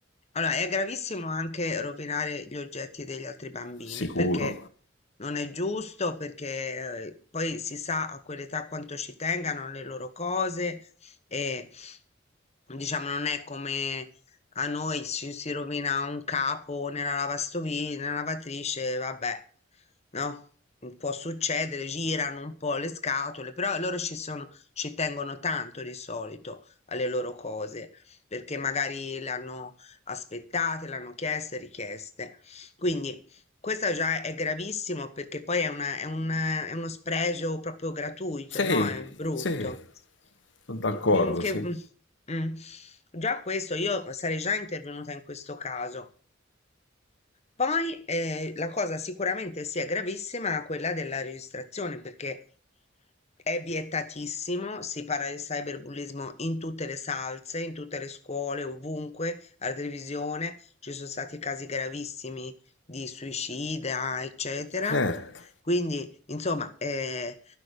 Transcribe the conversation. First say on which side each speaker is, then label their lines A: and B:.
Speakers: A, on the left (about 35°); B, on the left (about 70°).
A: Allora, è gravissimo anche rovinare gli oggetti degli altri bambini,
B: sicuro.
A: perché non è giusto, perché eh, poi si sa a quell'età quanto ci tengano le loro cose e diciamo non è come a noi ci si rovina un capo nella lavastoviglie, nella lavatrice, vabbè, no? Può succedere, girano un po' le scatole, però loro ci sono ci tengono tanto di solito alle loro cose, perché magari le hanno aspettate, le hanno chieste, richieste. Quindi questo già è gravissimo perché poi è, una- è un- è uno spregio proprio gratuito,
B: Sì,
A: no? È brutto.
B: sì, sono d'accordo,
A: Mm, che-
B: sì.
A: mm, mm. Già questo, io sarei già intervenuta in questo caso. Poi eh, la cosa sicuramente sia gravissima quella della registrazione, perché è vietatissimo, si parla di cyberbullismo in tutte le salse, in tutte le scuole, ovunque, alla televisione, ci sono stati casi gravissimi di suicida, eccetera.
B: Certo.
A: Quindi, insomma, eh,